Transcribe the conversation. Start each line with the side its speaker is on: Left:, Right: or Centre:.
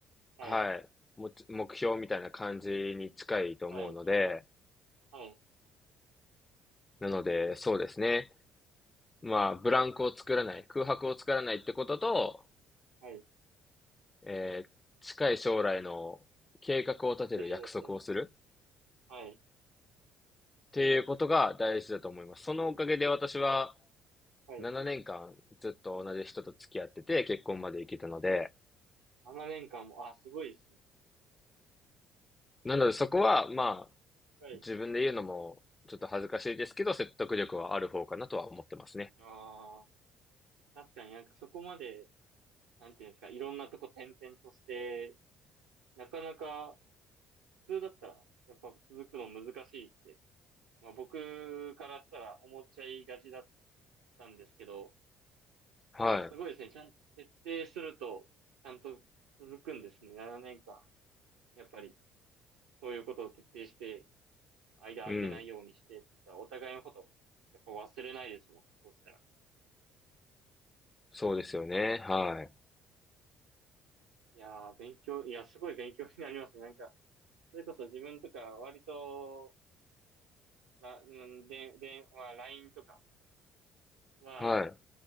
Right: はい。
Left: はい、もち目標みたいな感じに近いと思うので、
Right: はい。はい。
Left: なので、そうですね。まあ、ブランクを作らない、空白を作らないってことと、
Right: はい。
Left: えー近い将来の計画を立てる約束をするっ
Right: 予定だったり、はい。
Left: ていうことが大事だと思います。そのおかげで私は
Right: はい。
Left: 7年間ずっと同じ人と付き合ってて結婚まで行けたので、
Right: 7年間も、あ、すごいですね。
Left: なのでそこは、まあ、
Right: はい。
Left: 自分で言うのもちょっと恥ずかしいですけど、説得力はある方かなとは思ってますね。
Right: ああ確かになんかそこまで、なんていうんですか、いろんなとこ転々として、なかなか、普通だったら、やっぱ続くの難しいって、まあ僕からしたら思っちゃいがちだったんですけど、
Left: は
Right: やすごいですね。ちゃん、徹底すると、ちゃんと続くんですね。7年間。やっぱり、そういうことを徹底して、間空けないようにしてって言ったら、
Left: い。うん。
Right: お互いのこと、やっぱ忘れないですもん。そうしたら。
Left: そうですよね。はい。
Right: いやー、勉強、いや、すごい勉強になりますね。なんか、それこそ自分とか、割と、ら、うん、で、で、まあ、LINE とかは、
Left: はい。